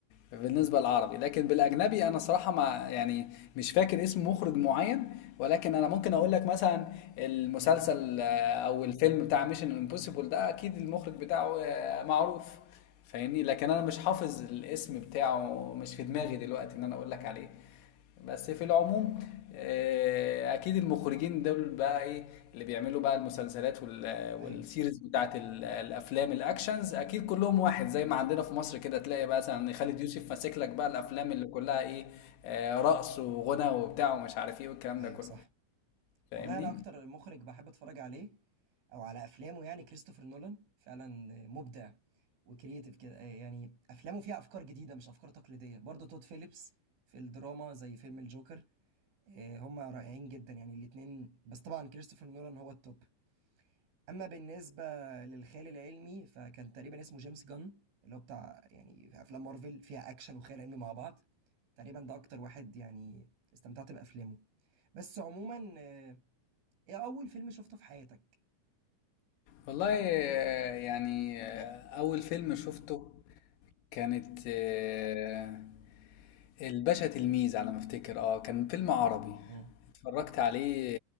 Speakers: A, on the left; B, on the right.
A: بالنسبه للعربي لكن بالاجنبي انا صراحه مع يعني مش فاكر اسم مخرج معين ولكن انا ممكن اقول لك مثلا المسلسل آه، او الفيلم بتاع ميشن امبوسيبل ده اكيد المخرج بتاعه آه، معروف فاهمني لكن انا مش حافظ الاسم بتاعه مش في دماغي دلوقتي ان انا اقول لك عليه بس في العموم آه، اكيد المخرجين دول بقى ايه اللي بيعملوا بقى المسلسلات وال- والسيريز
B: ايوه
A: بتاعت ال- الافلام الاكشنز اكيد كلهم واحد زي ما عندنا في مصر كده تلاقي بقى مثلا خالد يوسف ماسك لك بقى الافلام اللي كلها ايه آه، رقص وغنى وبتاع ومش عارف ايه والكلام
B: ايوه
A: ده كله
B: صح والله
A: فاهمني
B: انا اكتر مخرج بحب اتفرج عليه او على افلامه يعني كريستوفر نولان فعلا مبدع وكرييتيف كده آه، يعني افلامه فيها افكار جديده مش افكار تقليديه برضه تود فيليبس في الدراما زي فيلم الجوكر آه، هما رائعين جدا يعني الاتنين بس طبعا كريستوفر نولان هو التوب اما بالنسبه للخيال العلمي فكان تقريبا اسمه جيمس جان اللي هو بتاع يعني في افلام مارفل فيها اكشن وخيال علمي مع بعض تقريبا ده اكتر واحد يعني استمتعت بافلامه بس عموما آه، إيه أول فيلم شُفته في حياتك؟
A: والله آه، يعني آه، أول فيلم شفته كانت آه، الباشا تلميذ على ما افتكر اه كان فيلم عربي
B: إمم،
A: اتفرجت عليه